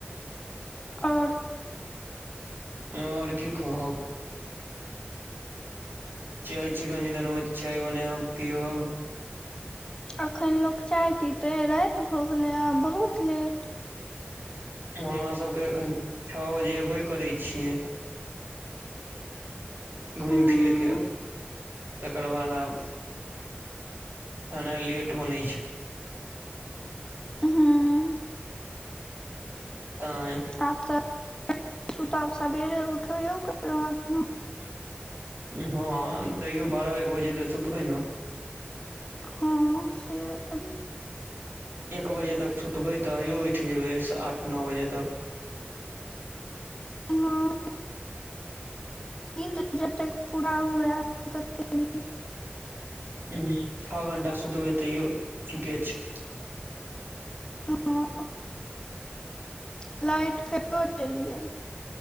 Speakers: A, on the left; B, on the right.
A: ओर
B: ओर की कहू चाय चिकन में चाय बनयब और पियब
A: अखन लोक चाय पीतै राति भऽ गेलै आब बहुत लेट
B: हमरा सभ के एखन छ बजे अयबे करै छियै घूमि
A: हम्म
B: फिर कऽ तकर बाद आब ह नहि लेट बनै छै।
A: हूँ
B: ताई
A: आब तऽ <unintelligible> सुतब सवेर उठौ <unintelligible>
B: लिहान तैयो बारह एक बजे तऽ सुतबै न
A: हँ से तऽ
B: एक बजे तक सुतबै तैयो उइठ जेबै आठ नओ बजे तक
A: हां नींद जतै पुरा हुए <unintelligible>
B: हु छओ घंटा सुतबै तैयो ठीके छै
A: <unintelligible> लाइट फेरो चैल गेल